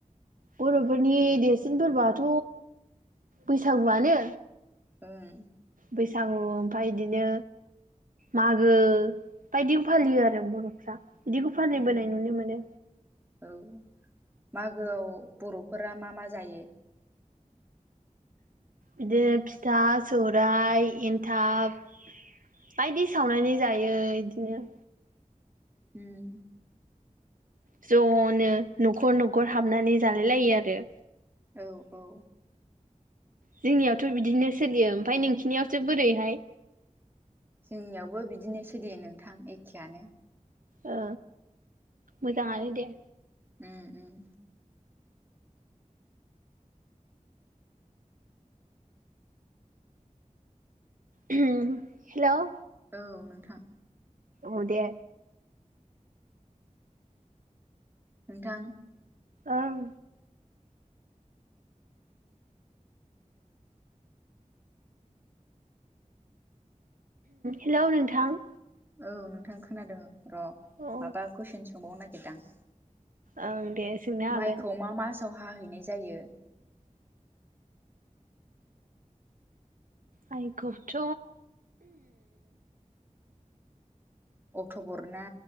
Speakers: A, on the right; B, on the right.
A: बर'फोरनि देरसिन फोरबोआथ' बैसागुआनो।
B: ओं
A: बैसागु ओमफफ्राय बिदिनो मागो बायदि फालियो आरो बर'फ्रा। बिदिखौ फानबोनाय
B: उम
A: नुनो मोनो।
B: औ मागोआव बर'फोरा मा मा जायो?
A: बिदिनो फिथा सौरायाइ एनथाब। बायदि सावनानै जायो बिदिनो
B: उम।
A: ज'नो न'खर न'खर हाबनानै जालाय लायो आरो।
B: औ औ
A: जोंनियावथ' बिदिनो सोलियो ओमफ्राय नोंसिनियावसो बोरैहाय?
B: जोंनियावबो बिदिनो सोलियो नोंथां एखेआनो।
A: औ मोजाङानो दे।
B: उम उम
A: हेल'
B: औ नोंथां।
A: औ दे।
B: नोंथां।
A: ओम। हेलौ नोंथां।
B: औ नोंथां खोनादों र'
A: औ
B: माबा कुइसन सोंबावनो नागिरदां।
A: ओं दे। सोंनो हागोन
B: माइखौ मा मासाव हाहैनाय जायो?
A: माइखौथ'
B: अक्ट'बर ना